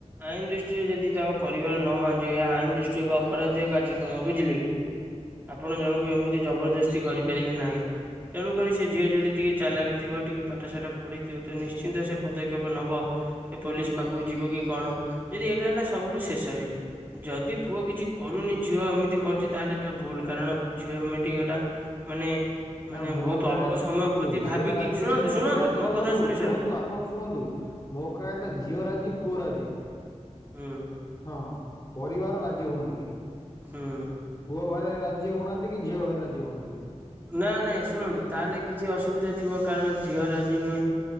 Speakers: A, on the right; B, on the left.
A: ଆଇନ ଦୃଷ୍ଟିରେ ଯଦି ତାଙ୍କ ପରିବାର ନ ମାଞଜିବ ଏହା ଆଇନ ଦୃଷ୍ଟିରେ ଏକ ଅପରାଧୀୟ କାର୍ଯ୍ୟ। ହ ବୁଝିଲେ କି ଆପଣ ଜଣକୁ ଏମିତି ଜବରଦସ୍ତି କରିପାରିବେ ନାହିଁ। ତେଣୁକରି ସେ ଝିଅ ଯଦି ଟିକେ ଚାଲାକିଥିବ ଟିକେ ପାଠଶାଠ ପଢ଼ିଥିବ ତ ନିଶ୍ଚିନ୍ତ ସେ ପଦକ୍ଷେପ ନେବ। ସେ ପୋଲିସ ପାଖକୁ ଯିବ କି କଣ ଯଦି ଏଇଟା ହେଲା ସବୁଠୁ ଶେଷରେ ଯଦି ପୁଅ କିଛି କରୁନି ଝିଅ ଏମିତି କରୁଛି ତାହେଲେ ଏଟା ଭୁଲ କାରଣ ଝିଅ ଏମିତି ଏଟା ମାନେ ମାନେ
B: ନା ମୋ
A: ବହୁତ
B: କହିବା
A: ଅଳ୍ପ
B: କଥା
A: ସମୟ
B: ଶୁଣନ୍ତୁ
A: ପ୍ରତି
B: ଝିଅର
A: ଭାବିକି
B: ରାଜି
A: ଶୁଣନ୍ତୁ
B: ମୋ
A: ଶୁଣନ୍ତୁ
B: କହିବା କଥା ଶୁଣନ୍ତୁ
A: ଶୁଣି
B: ଶୁଣନ୍ତୁ
A: ସାରନ୍ତୁ।
B: ଆପଣ ଶୁଣନ୍ତୁ ମୋ କହିବା କଥା
A: ହୁଁ।
B: ଝିଅ ରାଜି ପୁଅ ରାଜି
A: ହୁଁ।
B: ହଁ ପରିବାର ରାଜି ହଉନାହାନ୍ତି।
A: <unintelligible>
B: ପୁଅ ଘରେ ରାଜି ହଉନାହାନ୍ତି କି ଝିଅ ଘରେ ରାଜି ହଉନାହାନ୍ତି
A: ନାାଇଁ ନାଇଁ ଶୁଣନ୍ତୁ ତାହେଲେ କିଛି ଅସୁବିଧା ଥିବ କାରଣ ଝିଅ ରାଜି ନୁହେଁ